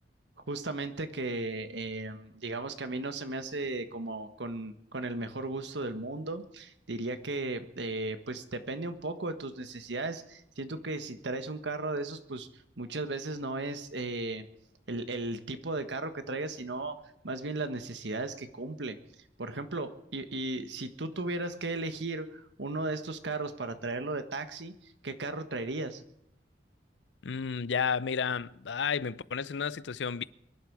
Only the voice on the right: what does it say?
justamente que, eh, digamos que a mí no se me hace como con, con el mejor gusto del mundo. Diría que eh, pues depende un poco de tus necesidades. Siento que si traes un carro de esos, pues muchas veces no es eh, el, el tipo de carro que traigas, sino más bien las necesidades que cumple. Por ejemplo, y, y si tú tuvieras que elegir uno de estos carros para traerlo de taxi, ¿qué carro traerías?